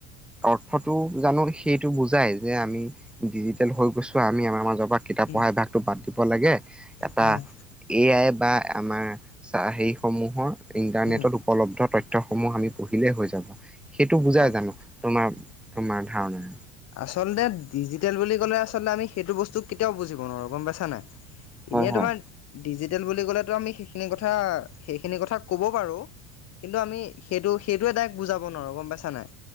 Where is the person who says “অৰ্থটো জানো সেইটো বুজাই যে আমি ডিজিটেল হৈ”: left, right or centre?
Centre